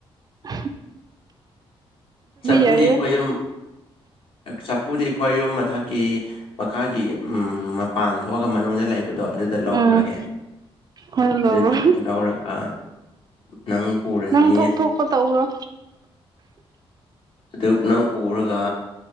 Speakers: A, on the right; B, on the left.
A: ꯎꯝ
B: ꯆꯐꯨꯗꯤ
A: ꯌꯥꯏꯌꯦ
B: ꯈꯣꯏꯌꯨꯝ ꯆꯐꯨꯗꯤ ꯑꯩ ꯈꯣꯏꯌꯨꯝ ꯃꯊꯛꯀꯤ ꯃꯈꯥꯒꯤ ꯎꯝ ꯃꯄꯥꯟ ꯊꯣꯛꯑꯒ ꯃꯅꯨꯡꯗ ꯂꯩꯕꯗꯣ ꯑꯗꯨ ꯗ ꯂꯧꯈ꯭ꯔꯒꯦ
A: ꯎꯝ ꯍꯣꯏ ꯂꯧꯔꯣ
B: ꯑꯗꯨꯗ ꯑꯣꯏ ꯂꯧꯔꯒ ꯅꯪ ꯄꯨꯔꯅꯤ
A: ꯅꯪ ꯊꯣꯛ ꯊꯣꯛꯄ ꯇꯧ꯭ꯈꯔꯣ
B: ꯑꯗꯨ ꯄꯨꯂꯞ ꯄꯨꯔꯒ